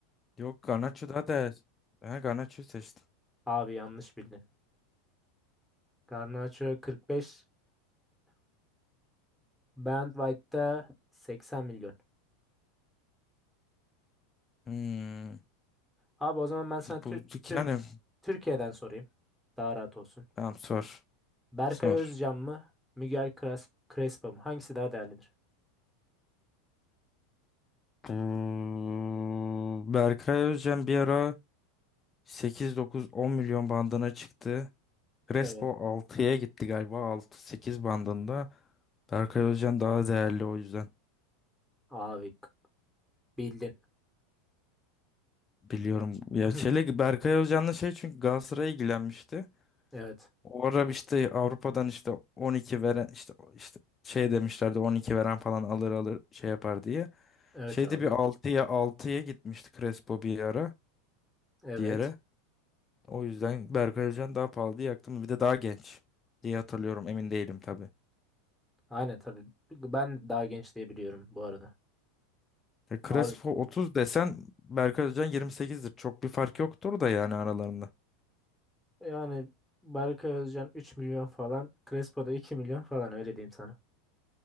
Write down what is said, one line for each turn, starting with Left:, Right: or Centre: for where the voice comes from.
Left: Yok Garnacho daha değerli. Ben Garnacho'yu seçtim.
Centre: Abi yanlış bildin. Garnaço 45, Brand White'da 80 milyon.
Left: Hmm.
Centre: Abi o zaman ben sana Tür-
Left: Bu,
Centre: Türk
Left: yani
Centre: Türkiye'den sorayım. Daha rahat olsun.
Left: tamam sor.
Centre: Berkay
Left: Sor.
Centre: Özcan mı? Miguel Cres- Crespo mu? Hangisi daha değerlidir?
Left: Bu- Berkay Özcan bir ara 8-9-10 milyon bandına çıktı. Crespo
Centre: Evet.
Left: altıya gitti galiba. 6 sekiz bandında. Berkay Özcan daha değerli o yüzden.
Centre: Abi k- bildin.
Left: Biliyorum. Ya
Centre: <clears throat>
Left: Çelik Berkay Özcan'la şey çünkü Galatasaray'a ilgilenmişti.
Centre: Evet.
Left: O ara işte Avrupa'dan işte 12 veren işte işte şey demişlerdi 12 veren falan alır alır şey yapar diye.
Centre: Evet
Left: Şeyde
Centre: abi.
Left: bir altıya altıya gitmişti Crespo bir ara
Centre: Evet.
Left: bir yere. O yüzden Berkay Özcan daha pahalı diye yaktım. Bir de daha genç diye hatırlıyorum. Emin değilim tabii.
Centre: Aynen tabii. Ben daha genç diye biliyorum bu arada.
Left: Ya Crespo
Centre: Abi
Left: 30 desen Berkay Özcan yirmi sekizdir. Çok bir fark yoktur da yani aralarında.
Centre: Yani Berkay Özcan 3 milyon falan. Crespo'da 2 milyon falan öyle diyeyim sana.